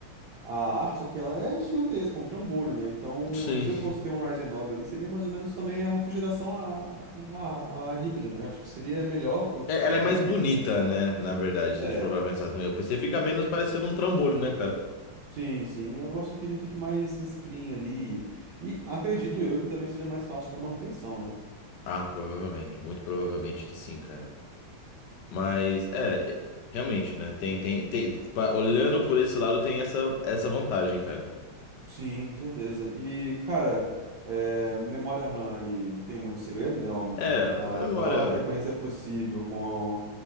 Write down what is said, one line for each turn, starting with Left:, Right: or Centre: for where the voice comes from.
Right: a ar, só que ela é gigantesca, é um trambolho, né? Então,
Left: Sim.
Right: se eu fosse ter um Ryzen nove ali, seria mais ou menos também a refrigeração a, a, a líquido, né? Eu acho que seria melhor pelo tamanho.
Left: É, Ela é mais
Right: que-
Left: bonita,
Right: tá.
Left: né? Na verdade, se
Right: É,
Left: a gente for pra pensar também. O PC fica menos parecendo um trambolho, né, cara?
Right: sim, sim. Eu gosto que ele fique mais, mais clean ali. E acredito eu que também seja mais fácil da manutenção, né?
Left: Ah, provavelmente, muito provavelmente que sim, cara. Mas é, realmente, né? Tem, tem, tem, pa- olhando por esse lado, tem essa, essa vantagem, cara.
Right: Sim, com certeza. E, cara, é, memória RAM ali, não tem muito segredo, né? Uma-
Left: É, memória.
Right: A maior frequência possível com,